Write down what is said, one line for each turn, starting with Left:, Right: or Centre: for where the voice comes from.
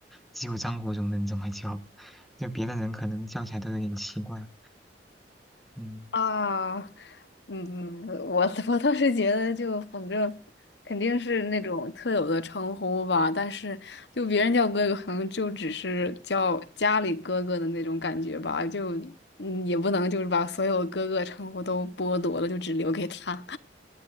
Centre: 只有张国荣能这么叫，就别的人可能叫起来都有点奇怪。嗯，
Left: 啊，嗯，我 <laughs> 我倒是觉得，就反正肯定是那种特有的称呼吧，但是就别人叫哥哥，可能就只是叫家里哥哥的那种感觉吧，就嗯，也不能就是把所有哥哥称呼都剥夺了，就只留给他。